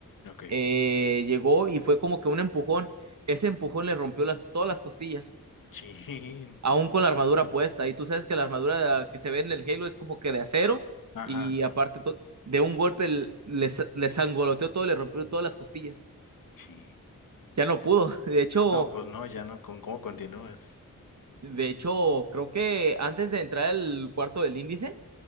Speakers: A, on the left; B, on the right.
A: Ok.
B: Eh, llegó y fue como que un empujón. Ese empujón le rompió las, todas las costillas.
A: Chin.
B: aún con la armadura puesta. Y tú sabes que la armadura que se ve en el Halo es como que de acero
A: Ajá.
B: y aparte to- de un golpe l- les, les sangoloteó todo, le rompió todas las costillas.
A: Chin.
B: Ya no pudo. <laughs> De hecho,
A: No, pues no, ya no, ¿con cómo continúas?
B: de hecho, creo que antes de entrar al cuarto del índice,